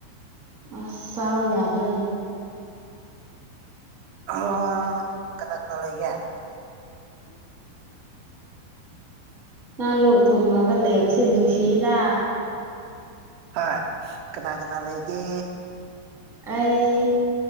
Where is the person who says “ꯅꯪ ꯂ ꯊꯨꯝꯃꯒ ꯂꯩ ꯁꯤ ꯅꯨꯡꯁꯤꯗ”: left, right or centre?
Centre